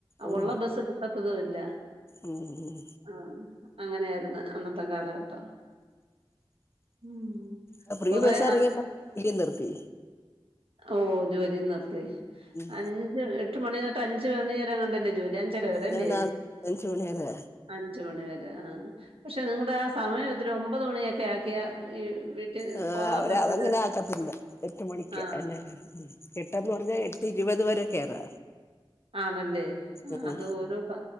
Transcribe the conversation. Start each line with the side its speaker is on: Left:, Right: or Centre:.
Left: ഉം
Right: ഉള്ള ബസ്സ് കിട്ടത്തതൂം ഇല്ല
Left: ഉം ഉം
Right: ആ അങ്ങനെയായ്ര്ന്ന് അന്നത്തെ കാലഘട്ടം ഉം
Left: പ്പൊ ഫ്രീ
Right: കൊറെ
Left: ബസ്സ് എറങ്ങിയപ്പം ജോലിം നിറ്ത്തി
Right: ഓ ജോലിം നിർത്തി
Left: ഉം
Right: അഞ്ച് എട്ട് മണിതൊട്ട് അഞ്ച് മണിവരെ എങ്ങാണ്ടല്ലേ ജോലി അഞ്ചര വരെ
Left: ഞാൻ
Right: ല്ലേ
Left: നാ അഞ്ച് മണി വരെ
Right: അഞ്ച് മണി വരെ ആ പക്ഷെ നിങ്ങടെ ആ സമയം ഇത്തിരി ഒമ്പത് മണിയൊക്കെ ആക്കിയാ ഈ വീട്ടിൽ
Left: ആ
Right: പോന്നവർക്കൊക്കെ
Left: അവര് അതങ്ങനെ
Right: ഒരു
Left: ആക്കത്തില്ല എട്ടുമണിക്ക്
Right: ആ
Left: എന്നെ ഉം എട്ടന്ന് പറഞ്ഞാ എട്ട് ഇരുപത് വരെ കേറാ
Right: ആന്നല്ലേ
Left: ഉം
Right: അത് ഓരോ ക